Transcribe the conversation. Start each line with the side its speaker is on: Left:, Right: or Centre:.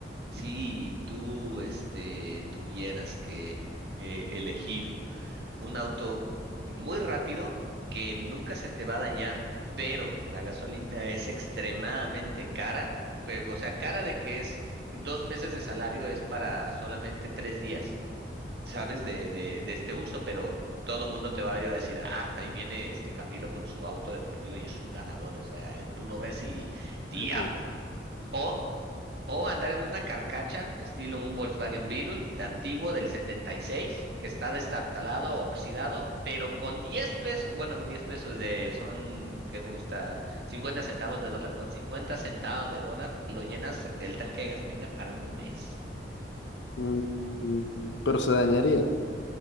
Right: si tú, este, tuvieras que eh, elegir un auto muy rápido que nunca se te va a dañar, pero la gasolina es extremadamente cara, pero, o sea, cara de que es dos meses de salario es para solamente tres días, ¿sabes? De, de, de este uso, pero todo mundo te va a ver y va a decir, ah, ahí viene este Camilo con su auto deportivo y es un ganador, o sea, tú lo ves y diablo.
Left: Ok.
Right: o o andar en una carcacha, estilo un Volkswagen Beetle de antiguo del 76, que está destartalado, oxidado, pero con 10 pesos, bueno, con 10 pesos de, son, ¿qué te gusta? cincuenta centavos de dólar. Con 50 centavos de dólar lo llenas el tanque de gasolina para un mes.
Left: Mm, mm, Pero se dañaría.